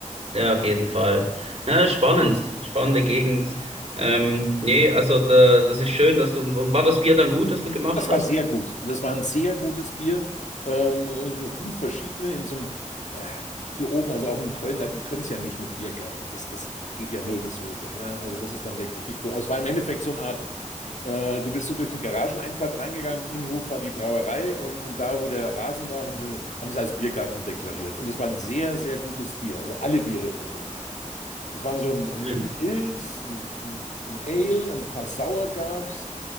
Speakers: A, on the right (about 50°); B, on the left (about 65°).
A: ja, auf jeden Fall. Ja, spannend, spannende Gegend. Ähm, nee, also da, das ist schön, dass du, und war das Bier dann gut, das du gemacht
B: Das
A: hast?
B: war sehr gut. Das war ein sehr gutes Bier. Ähm, irgendwie so fünf verschiedene in so einem, äh, hier oben, also auch in Köln, na, die können es ja nicht mit Biergärten. Das, das geht ja nirgendwo hier. Ja? Also das ist dann der Kritikpunkt. Also es war im Endeffekt so eine Art, äh, du bist so durch die Garageneinfahrt reingegangen, Innenhof war die Brauerei und, und da, wo der Rasen war, haben sie, haben sie als Biergarten deklariert. Und es war ein sehr, sehr gutes Bier. Also alle Biere von denen. Ich meine, so ein, ein
A: Mhm.
B: ein Pilz, ein, ein, ein Ale, ein paar Sauer gab's,